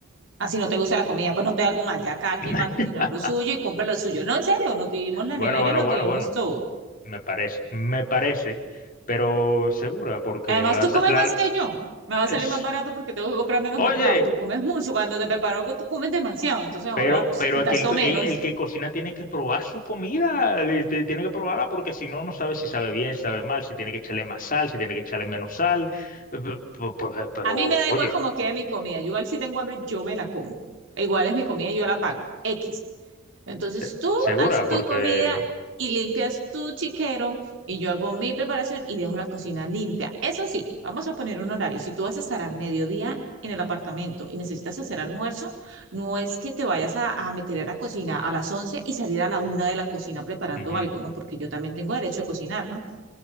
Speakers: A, on the right; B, on the left.
A: Así no te gusta la comida, pues no te hago más. Ya cada quien
B: <laughs>
A: va a cocinar lo suyo y compra lo suyo. No, en serio, nos dividimos la
B: Bueno,
A: nevera
B: bueno,
A: y nos
B: bueno,
A: dividimos
B: bueno,
A: todo.
B: me parece, me parece, pero segura, porque
A: Además,
B: la,
A: tú
B: laza-
A: comes
B: la,
A: más
B: la-
A: que yo. Me va a
B: es-
A: salir más barato porque tengo que comprar menos
B: oye,
A: mercado. Tú comes mucho. Cuando te preparo algo, tú comes demasiado. Entonces ahora
B: Pero,
A: pues,
B: pero
A: me
B: es
A: gasto
B: que el,
A: menos.
B: el- el que cocina tiene que probar su comida, le- te- tiene que probarla porque si no, no sabe si sabe bien, si sabe mal, si tiene que echarle más sal, si tiene que echarle menos sal. Pe- pe- pe- Pero,
A: A mí me da
B: oye,
A: igual como quede mi comida. Yo igual si tengo hambre, yo me la como. Igual es mi comida, yo la pago. X. Entonces
B: se-
A: tú
B: segura,
A: haz tu
B: porque...
A: comida y limpias tu chiquero y yo hago mi preparación y dejo la cocina limpia. Eso sí, vamos a poner un horario. Si tú vas a estar al mediodía en el apartamento y necesitas hacer almuerzo, no es que te vayas a, a meter a la cocina a las 11 y salir a la una de la cocina preparando
B: Ujú.
A: algo, ¿no? Porque yo también tengo derecho a cocinar, ¿no?